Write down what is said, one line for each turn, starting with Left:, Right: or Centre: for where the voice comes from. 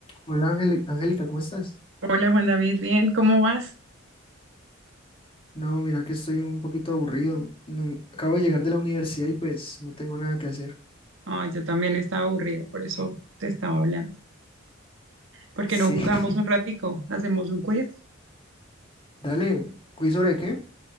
Left: Hola Ángel- Angélica, ¿cómo estás?
Right: Hola Juan David, bien, ¿cómo vas?
Left: No, mira que estoy un poquito aburrido. No, acabo de llegar de la universidad y pues no tengo nada que hacer.
Right: Ah, yo también estaba aburrida, por eso te estaba hablando. ¿Por qué
Left: Sí,
Right: no jugamos
Left: <laughs>
Right: un ratico, hacemos un quiz.
Left: dale, ¿quiz sobre qué?